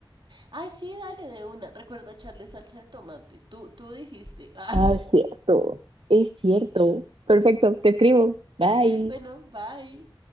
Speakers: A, on the right; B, on the right.
A: Ay, sí, dale de una. Recuerda echarle salsa de tomate. Tú, tú dijiste. <laughs>
B: Ah, es cierto, es cierto. Perfecto, te escribo. Bye.
A: Bueno, bye.